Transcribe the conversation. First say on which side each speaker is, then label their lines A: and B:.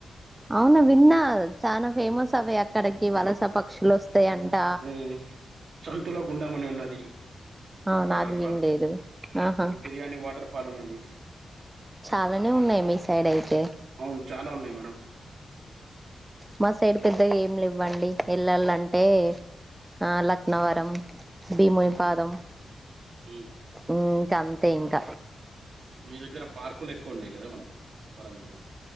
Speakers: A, on the right; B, on the right.
A: అవునా విన్నా చాలా ఫేమస్ అవి అక్కడికి వలస పక్షులు వస్తయంట
B: ఉమ్ సంతులో గుండామే అని ఉన్నది
A: అవునా
B: వాటర్
A: అది
B: ఫాల్
A: వినలేదు ఆహా
B: తిర్యాని వాటర్ ఫాల్ ఉన్నది
A: చాలానే ఉన్నాయి మీ సైడ్ అయితే
B: అవును చాలా ఉన్నాయి మేడం
A: మా సైడ్ పెద్దగా ఏం లేవు అండి వెళ్లాలంటే ఆ లక్నవరం భీములపాదం
B: ఊ
A: ఊ ఇంక అంతే ఇంక
B: మీ దగ్గర పార్కులేక్కువున్నాయి కద మేడం వరంగల్